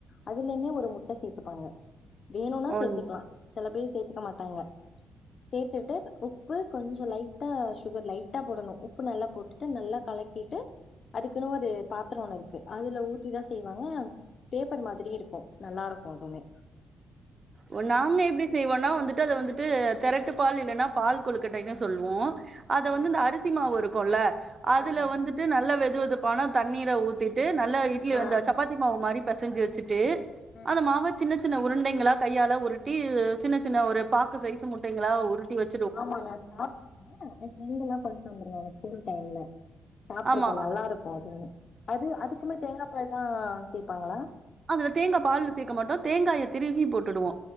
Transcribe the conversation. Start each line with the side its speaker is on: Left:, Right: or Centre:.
Left: அதுலயுமே ஒரு முட்ட சேத்துப்பாங்க வேணுன்னா
Right: ஒன்
Left: சேத்துக்லா சில பேர் சேத்துக்க மாட்டாங்க சேத்துட்டு உப்பு கொஞ்சோ லைட்டா சுகர் லைட் டா போடணு உப்பு நல்லா போட்டுட்டு நல்லா கலக்கிட்டு அதுக்குன்னு ஒரு பாத்ரோ ஒண்ணு இருக்கு அதுல ஊத்திதா செய்வாங்க பேப்பர் மாதிரி இருக்கு நல்லா இருக்கு அதுவுமே
Right: ஓ நாங்க எப்டி செய்வோன்னா வந்துட்டு அத வந்துட்டு திரட்டு பால் இல்லன்னா பால் கொழுக்கட்டைன்னு சொல்லுவோ அத வந்து
Left: ஆ
Right: இந்த அரிசி மாவு இருக்குல்ல அதுல
Left: ஆமா
Right: வந்துட் டு நல்ல வெதுவெதுப்பான தண்ணீர ஊத்திட்டு நல்ல இட்லி
Left: ஆ
Right: அந்த சப்பாத் தி மாவு மாரி பெசஞ்சி வச்சிட்டு
Left: ம்
Right: அந்த மாவ சின்ன சின்ன உருண்டைங்களா கையால உருட்டி சின்ன சின்ன ஒரு பாக்கு சைசு முட்டைங்களா உருட்டி வச்
Left: ஆமாங்க சாப்ட்ருக்கே ஏ ஃப்ரெண்ட் எல்லா கொண்டுட்டு வந்துருந்தாங்க ஸ்கூல் டைம்ல சாப்ருக்கே
Right: ஆமா
Left: நல்லா இருக்கு அது அது அதுக்குமே தேங்கா பால் தா சேப்பாங்களா
Right: அதுல தேங்கா பால்ல சேக்க மாட்டோ தேங்காய திருகி போட்டுடுவோ